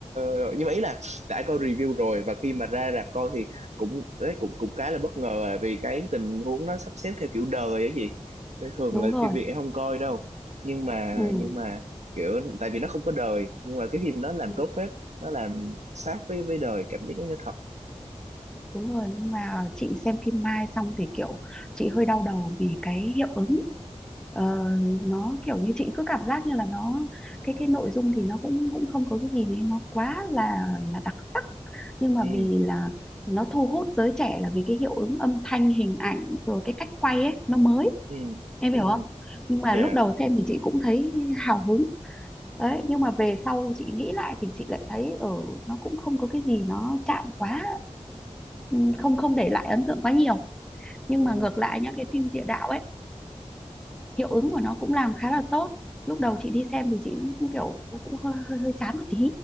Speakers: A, on the right; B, in the centre.
A: rồi. nhưng mà ý là đã coi review rồi và khi mà ra rạp coi thì cũng đấy cũng cũng khá là bất ngờ à, vì cái tình huống nó sắp xếp theo kiểu đời ấy gì Nên thường
B: đúng
A: là
B: rồi
A: phim Việt em không coi đâu nhưng mà
B: ừ
A: nhưng mà kiểu tại vì nó không có đời nhưng mà cái phim nó làm
B: ừ,
A: tốt phết nó làm sát với với đời cảm giác nó như thật
B: đúng rồi nhưng mà chị xem phim Mai xong thì kiểu chị hơi đau đầu vì cái hiệu ứng Ờ, nó kiểu như chị cứ cảm giác như là nó cái cái nội dung thì nó cũng cũng không có cái gì đấy nó quá là là đặc sắc nhưng mà
A: ừ
B: vì là nó thu hút giới trẻ là vì cái hiệu ứng âm thanh hình ảnh rồi cái cách quay ấy nó mới
A: ừ
B: em
A: ừ
B: hiểu Ừ. không nhưng mà
A: dạ
B: lúc đầu xem thì chị cũng thấy hào hứng đấy nhưng mà về sau chị nghĩ lại thì chị lại thấy ở nó cũng không có cái gì nó chạm quá ừ, không không để lại ấn tượng quá nhiều nhưng
A: ừ
B: mà ngược lại nhá cái phim địa đạo ấy hiệu ứng của nó cũng làm khá là tốt lúc đầu chị đi xem thì chị cũng kiểu cũng cũng hơi hơi hơi chán một tí